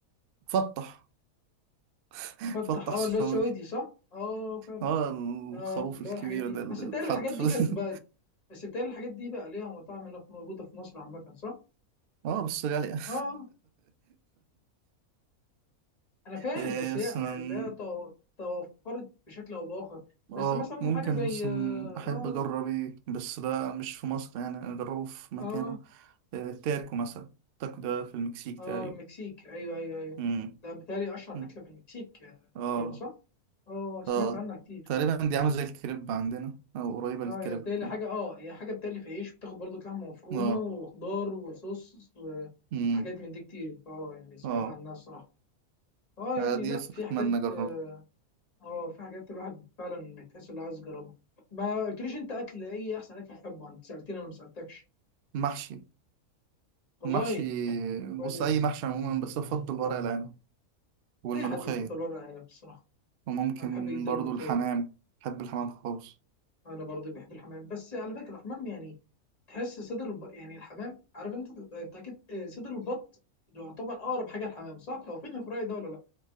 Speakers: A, on the right; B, on the left.
A: فتح <laughs>
B: فتح
A: فتح
B: اه
A: سعودي
B: اللي هو السعودي صح اه
A: اه الخروف
B: آه، اللي
A: الكبير
B: هو الحاجات دي
A: ده اللي
B: بس بتهيألي
A: اتحط
B: الحاجات
A: في
B: دي كانت بقى بس بتهيألي الحاجات دي بقى ليها مطاعم هنا في- موجودة في مصر عامة صح؟
A: <laughs> اه بس غالية <laughs>
B: اه انا فاهم
A: إيه
B: بس
A: مثلا
B: هي اللي هي تو- توفرت بشكل او باخر
A: اه
B: بس مثلا
A: ممكن
B: حاجة زي
A: مثلا
B: اه
A: أحب أجرب إيه بس ده مش في مصر يعني أنا أجربه في مكانه
B: اه
A: إيه تاكو مثلا تاكو ده في المكسيك
B: اه
A: تقريبا
B: المكسيك ايوه ايوه ايوه
A: مم.
B: ده بتهيألي اشهر
A: مم.
B: اكلة في المكسيك آه،
A: اه
B: بتهيألي صح؟ اه سمعت
A: اه
B: عنها كتير
A: تقريبا دي عاملة زي الكريب عندنا أو قريبة
B: اه
A: للكريب
B: هي بتهيألي
A: كده
B: حاجة اه هي حاجة بتهيألي في عيش بتاخد برضو لحمة مفرومة
A: اه
B: وخضار وصوص وحاجات
A: مم.
B: من دي كتير فاه يعني سمعت
A: اه
B: عنها الصراحة اه يعني
A: آه، دي
B: لا
A: صراحة
B: في
A: أتمنى
B: حاجات
A: أجربها
B: اه آه، في حاجات الواحد فعلا تحس انه عايز يجربها ما قلتليش انت اكل ايه احسن اكل بتحبه انت سالتني انا ما سالتكش
A: محشي
B: والله
A: محشي
B: كويس
A: بص أي محشي عموما بس أفضل ورق العنب والملوخية
B: اي حد بيفضل ورق عنب الصراحه
A: وممكن
B: انا بحب جدا
A: برضو
B: الملوخيه
A: الحمام بحب الحمام خالص
B: انا برضه بحب الحمام بس على فكره الحمام يعني تحس صدر الب... يعني الحمام عارف انت انت اكيد آه، صدر البط ده يعتبر اقرب حاجه الحمام صح لو فين الفراي ده ولا لا